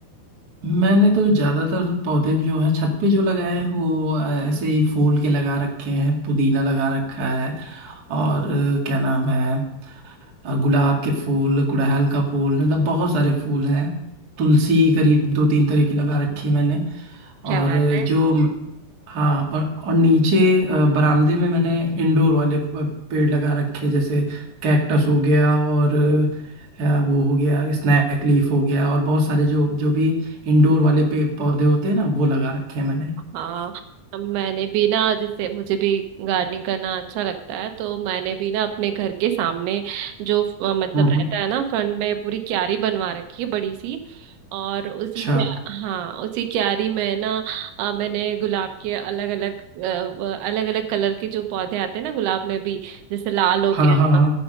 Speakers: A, on the right (about 35°); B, on the right (about 85°).
A: मैंने तो ज्यादातर पौधे जो है छत पे जो लगाए हैं वो अ, ऐसे ही फूल के लगा रखे हैं पुदीना लगा रखा है और अ, क्या नाम है अ, गुलाब के फूल गुड़हल का फूल मतलब बहुत सारे फूल हैं तुलसी करीब दो तीन तरह की लगा रखी है मैंने
B: क्या
A: और
B: बात
A: अ,
B: है
A: जो हाँ और और नीचे अ, बरामदे में मैंने इंडोर वाले प- पेड़ लगा रखे हैं, जैसे कैक्टस हो गया और अ, वो हो गया स्नैक लीफ हो गया और बहुत सारे जो जो भी इंडोर वाले पे पौधे होते हैं ना वो लगा रखे हैं मैंने
B: हाँ मैंने भी ना जैसे मुझे भी गार्डनिंग करना अच्छा लगता है तो मैंने भी ना अपने घर के सामने जो अ, मतलब
A: हम्म
B: रहता
A: हम्म
B: है ना फ्रंट में पूरी क्यारी बनवा रखी है बड़ी सी और उसी
A: अच्छा
B: क्या हाँ उसी क्यारी में ना अ, मैंने गुलाब के अलग अलग अलग अलग कलर के जो पौधे आते हैं ना गुलाब में भी जैसे लाल हो
A: हाँ
B: गया
A: हाँ हाँ